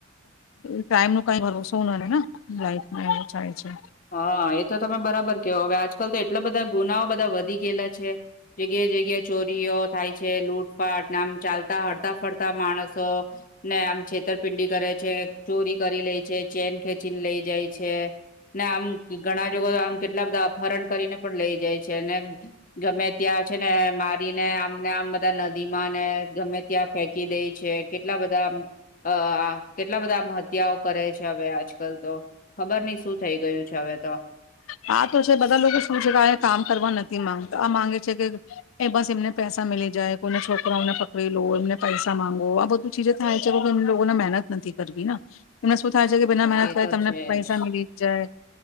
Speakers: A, on the left; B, on the left.
A: ટાઈમ નું કઈ ભરોસો નઇ ને. લાઈફમાં એવું થાય છે.
B: હા. એ તો તમે બરાબર કેવો હવે આજકાલ તો એટલા બધા ગુનાઓ બધા વધી ગયેલા છે. જગ્યા-જગ્યા ચોરીઓ થાય છે. લૂટપાટ નામ ચાલતા હરતા ફરતા માણસો ને આમ છેતરપિંડી કરે છે, ચોરી કરી લે છે, ચેન ખેચીને લઇ જાય છે. ને આમ ઘણા જોગ આમ કેટલા બધા અપહરણ કરીને પણ લઇ જાય છે. છેેને ગમે ત્યાં છે, ને મારીને આમને આમ બધા નદી માં ને ગમે ત્યાં ફેંકી દઈ છે. કેટલા બધા આમ અ આ કેટલા બધા આમ હત્યાઓ કરે છે. હવે આજ આજ કલ તો ખબર નહ શું થઈ ગયું છે હવે તો.
A: હા. તો છે બધા લોકો શું છે ક કામ કરવા નથી માંગતા. આ માંગે છે કે એ બસ એમને પૈસા મીલી જાય કોઈને છોકરાઓને પકડી લો, એમને પૈસા માંગો આ બધું ચીજે થાય છે એમ લોકોને મહેનત નથી કરવી ને એને શ થાય છે કે બિના મહેનત
B: એ
A: કરી
B: તો
A: તમને
B: છે
A: પૈસા
B: જ
A: મિલી જાય.